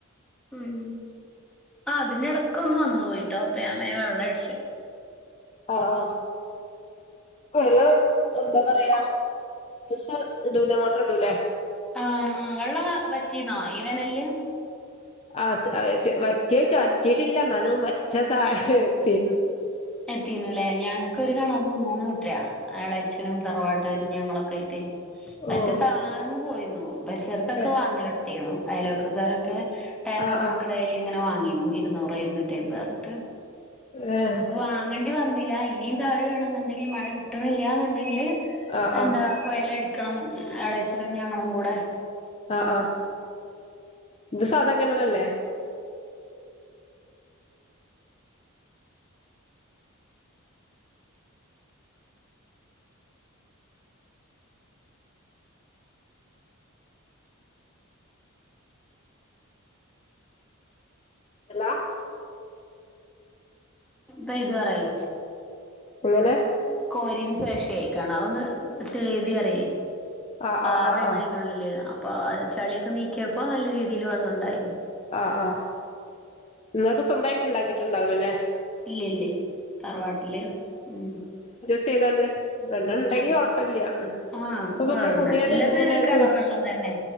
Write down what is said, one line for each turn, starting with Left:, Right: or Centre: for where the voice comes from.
Centre: ഉം ആ അതിന്റെടക്ക് ഒന്ന് വന്നു പോയിട്ടോ അപ്പഞാൻ പോയി വെള്ളം അടിച്ചു
Left: ആ ആ വെള്ളം എന്താ പറയാ ദിവസം ഇടൂലെ മോട്ടർ ഇടൂലെ
Centre: ആ ആ വെള്ളം വറ്റീനാ വേനലിൽ
Left: ആ വറ്റിയിട്ടില്ല എന്നാലും വറ്റാ താഴത്തി
Centre: എത്തിന്നല്ലേ ഞങ്ങക്ക് ഒരു കിണർനു മൂന്നു <unintelligible> അളെച്ഛനും തറവാട്ട്കാരും ഞങ്ങളൊക്കെ ആയിട്ടേ <unintelligible>
Left: ഓഹ്
Centre: താണ് പോയിന്നോ? പരിസരത്തൊക്കെ
Left: ഏഹ്
Centre: വാങ്ങല് <unintelligible> അയലോക്കക്കാരൊക്കെ ടാങ്ക്
Left: ആഹ്
Centre: കണക്ക്
Left: ആഹ്
Centre: ഡയ്ലി. അങ്ങനെ വാങ്ങിന്നു ഇരുന്നൂറ് ഇരുന്നൂറ്റയ്മ്പ അർഞ്ഞ്ട്ട്.
Left: ആഹ്.
Centre: വാങ്ങണ്ടി വന്നിലാ. ഇനീം താഴാണെന്ന്ണ്ടെങ്കില് മഴ കിട്ട കിട്ട്ണില്ലാന്ന്ണ്ടെങ്കില്.
Left: ആഹ്
Centre: അന്ത
Left: ആഹ്
Centre: കൊയൽ അടി ണം എളേച്ചിനും ഞങ്ങളും കൂടെ
Left: ആഹ് കിണറല്ലെ എന്ത് സാധാ കിണറല്ലെ? ഹാലോ
Centre: ഇപ്പം ഇതുപറായി.
Left: എങ്ങനെ?
Centre: കോരിന് ശേഷ കെണാറന്ന് തേവി തേവിയാല
Left: ആഹ്
Centre: പാറയണ
Left: ആഹ് ആഹ് ആഹ്
Centre: അയിന്റെ ഉള്ളില് അപ്പ ചളിയൊക്കെ നീക്കിയപ്പോ നല്ല രീതിയിൽ വെള്ളം ഉണ്ടായി
Left: ആഹ ആഹ നിങ്ങൾക്ക് സ്വന്തമായിട്ട് ഉണ്ടാക്കിട്ടുണ്ടാവലോ അല്ലേ
Centre: ഇല്ല ഇല്ലേ തറവാട്ടില് ഉം
Left: ചെയ്താല് വെണ്ണ ഉണ്ടെങ്കി
Centre: ആ
Left: കൊഴപ്പില്ല ഉ
Centre: ആഹ്
Left: ഇപ്പൊ
Centre: ഏ
Left: നമ്മൾ പുതിയത്
Centre: നല്ലത്
Left: അങ്ങനെ
Centre: കിണർ
Left: കുഴച്ച്
Centre: വെള്ളം തന്നെ